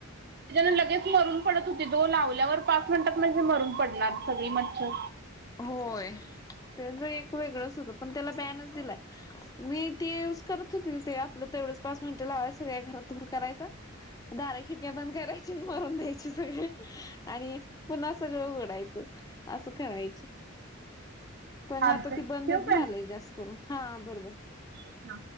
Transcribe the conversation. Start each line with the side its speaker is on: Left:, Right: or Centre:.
Right: च्यान लगेच मरून पडत होती जो लावल्यावर पाच मिनिटात म्हणजे मरून पडणार सगळी मच्छर.
Left: होय ते तर एक वेगळंच होत पण त्याला बॅनच दिलाय. मी ते यूज करत होते ते आपलं तेवढंच पाच मिनटं लावाय सगळ्या घरातर करायचा. दारा खिडक्या बंद करायची मरून द्यायची सगळे आणि. पुन्हा सगळं उडायचं असं. करायची पण
Right: चालतंय
Left: आता ती बंदच
Right: ठेवू
Left: झालय
Right: काय?
Left: जास्त करून हा बरोबर.
Right: हा.